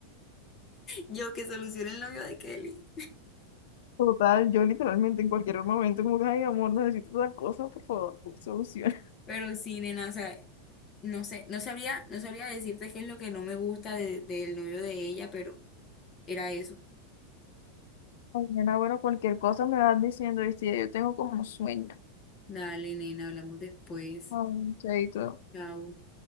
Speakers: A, on the left; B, on the left.
A: Yo que solucione el novio de Kelly.
B: Total, yo literalmente en cualquier momento, como que, ay, amor, necesito tal cosa, por favor, tú soluciona.
A: Pero sí, nena, o sea. No sé, no sabría, no sabría decirte qué es lo que no me gusta de- del novio de ella, pero era eso.
B: Mañana, bueno, cualquier cosa me vas diciendo, ¿viste? Ya yo tengo como sueño.
A: Dale, nena, hablamos después.
B: Ay, chaito.
A: Chao.